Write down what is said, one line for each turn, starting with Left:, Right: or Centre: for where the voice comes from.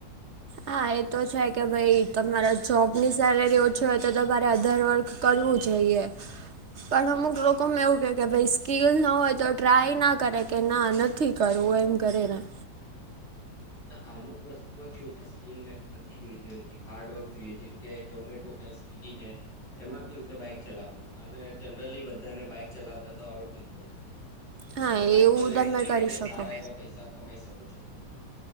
Right: હા એ તો છે કે ભઈ તમારા જોબની સેલેરી ઓછી હોય તો તમારે અધર વર્ક કરવું જોઈએ. પણ અમુક લોકોને એવું કે કે ભાઈ સ્કીલ ના હોય તો ટ્રાય ના કરે કે ના ન થી કરવું એમ કરેરા
Left: ના અમુક વસ્તુમાં કેવું કે સ્કીલ મે નથી જોઈતી હતી હાર્ડવર્ક જોયે જેમ કે ઝોમેટો હે સ્વી વીગી હે. એમાં કયું કે બાઈક ચલાવવાનું અને જનરલી બધાને બાઈક ચલાવતા તો આવડતું જ હોય.
Right: હા
Left: તો બાઈક
Right: એવું
Left: ચલાવીને બી
Right: કરી
Left: તમે
Right: શકો
Left: સારા એવા પૈસા કમાઈ શકો છો.